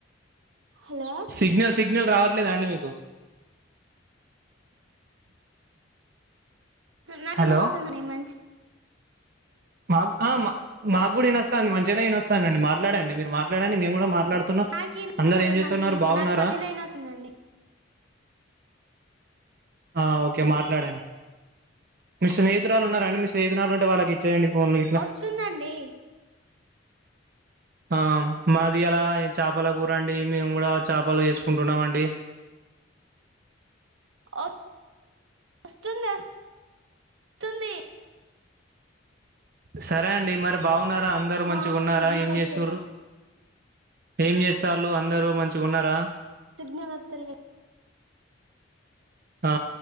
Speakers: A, on the right (about 80°); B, on the right (about 50°).
A: హలో
B: సిగ్నల్ సిగ్నల్ రావట్లేదాండి మీకు
A: నాకినోస్తుందండి
B: హలో
A: మంచిగ
B: మాకు ఆ మా మాకు కూడా ఇనస్తదండి మంచిగనే ఇనస్తందండి మాట్లాడండి మీరు మాట్లాడండి మేము కూడా మాట్ మాట్లాడుతున్నా
A: నాకి ఇనొస్తుందండి
B: అందరు ఏం చేస్తున్నారు
A: మంచి
B: బాగున్నారా
A: నాకు మంచిగనే ఇనొస్తుందండి
B: ఆ ఓకే మాట్లాడండి మీ స్నేహతురాలు ఉన్నారండి మీ స్నేహితురాలు ఉంటే వాళ్ళకి చేయడి పోన్ వీట్ల
A: వస్తుందండి
B: ఆ మాది అలా చేపల కూరండి మేము కూడా చేపలు చేసుకుంటున్నాం అండి
A: ఓ వస్తుంది వస్తుంది
B: సరే అండి మరి బాగున్నారా అందరూ మంచిగా
A: ఆ
B: ఉన్నారా
A: సిగ్నల్
B: ఏం
A: వత్తలే
B: చేస్తూరు ఏం చేస్తళు అందరు మంచిగా ఉన్నార
A: సిగ్న వాత్తలే
B: ఆ